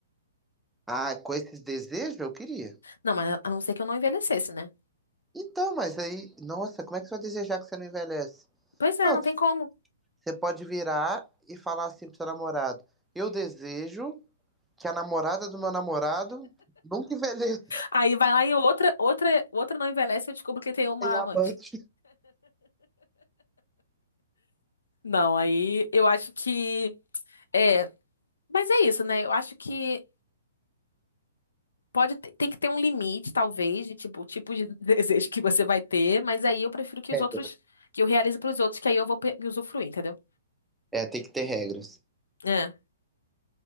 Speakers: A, in the centre; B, on the left.
A: Ah, com esses desejos eu queria.
B: Não, mas a não ser que eu não envelhecesse, né?
A: Então, mas aí, nossa, como é que você vai desejar que você não envelhece?
B: Pois é,
A: Não,
B: não tem como.
A: você pode virar e falar assim pro seu namorado: Eu desejo que a namorada do meu namorado nunca envelheça
B: Aí vai lá e outra, outra, outra não envelhece e eu descubro que
A: <laughs>
B: tem uma
A: e a
B: amante.
A: mãe. que
B: Não, aí eu acho que. É, mas é isso, né? Eu acho que pode ter- tem que ter um limite, talvez, de tipo, o tipo de <laughs> desejo que você vai ter, mas aí eu prefiro que os
A: É,
B: outros, que eu realize pros outros, que aí eu vou pe- me usufruir, entendeu?
A: É, tem que ter regras.
B: É.